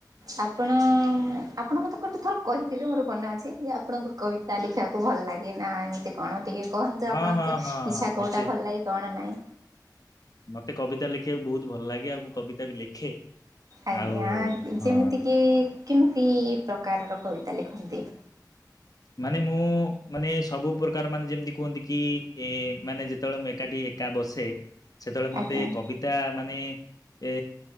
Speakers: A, on the right; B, on the left.
A: ଆପଣ। ଅପ୍ ଆପଣ ମୋତେ ଗୋଟେ ଥର କହିଥିଲେ ମୋର ମନେ ଅଛି। ଯେ ଆପଣଙ୍କୁ କବିତା ଲେଖିବାକୁ ଭଲ ଲାଗେ ନା ଏମିତି କଣ ଟିକିଏ। କହନ୍ତୁ
B: ହଁ
A: ଆପଣଙ୍କ
B: ହଁ ହଁ
A: ଇଚ୍ଛା
B: ହଁ
A: କୋଉଟା
B: ମତେ
A: ଭଲ ଲାଗେ କଣ ନାଇଁ।
B: ମତେ କବିତା ଲେଖିବାକୁ ବହୁତ ଭଲ ଲାଗେ। ଆଉ ମୁଁ କବିତା ବି ଲେଖେ।
A: ଆଜ୍ଞା
B: ଆଉ ହଁ
A: ଯେମିତିକି କେମିତି ପ୍ରକାରର କବିତା ଲେଖନ୍ତି?
B: ମାନେ ମୁଁ ମାନେ ସବୁ ପ୍ରକାର ମାନେ ଯେମିତି କୁହନ୍ତି କି ଏ ମାନେ ଯେତେବେଳେ ମୁଁ ଏକାଠି। କା ବସେ। ସେତେବେଳେ ମତେ
A: ଆଜ୍ଞା।
B: କବିତା ମାନେ ଏ